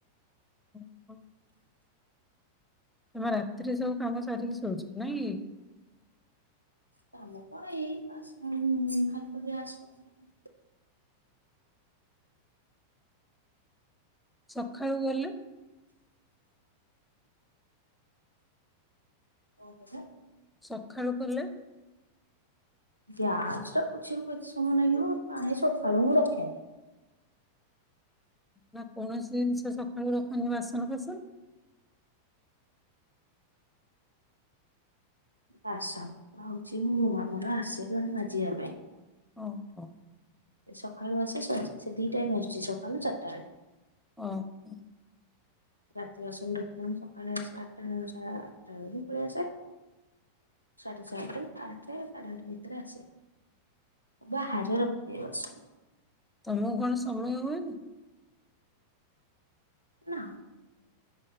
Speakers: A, in the centre; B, on the right (about 90°).
A: ହଁ। ତମେ ରାତିରେ ସବୁ କାମ ସାରିକି ଶୋଉଚ ନାଇଁ କି?
B: କାମ କଣ ଏଇ ବାସନ ଖାଲି ତ ଗ୍ୟାସ ପୋଛା।
A: ସଖାଳୁ ଗଲେ
B: କଣ କହିଲ?
A: ସଖାଳୁ କଲେ।
B: ଗ୍ୟାସ ଟା ପୋଛିଆବାକୁ କେତେ ସମୟ ନାଗିବ। କାଇଁ ସଖାଳୁ ମୁଁ ରଖେନି।
A: ନା କୌଣସି ଜିନିଷ ସକାଳୁ ରଖନି ବାସନ ଫାସନ।
B: ଆସନ୍ତି ତ ଆଉଚି ମୁଁ ଆମର ଆସେ ଜଣେ ମାଜିବା ପାଇଁ।
A: ଓହୋ।
B: ସକାଳୁ ଆସେ ସେ ସେ ଦି ଟାଇମ୍ ଆସୁଚି ସକାଳୁ ଚାରିଟା ବେଳେ।
A: ଓହୋ।
B: ରାତି ବାସନ ରଖିଦେଲେ। ସକାଳେ ଆସେ ଆଠଟା ସା ଆଠଟା ବେଳକୁ ପଳେଇ ଆସେ। ସାଢେ ସାତେ, ଆଠେ, ସାଢେ ଆଠ ଭିତରେ ଆସେ। ବାହାରେ ରଖିଦିଏ ବାସନ।
A: ତମକୁ କଣ ସମୟ ହୁଏନି?
B: ନା।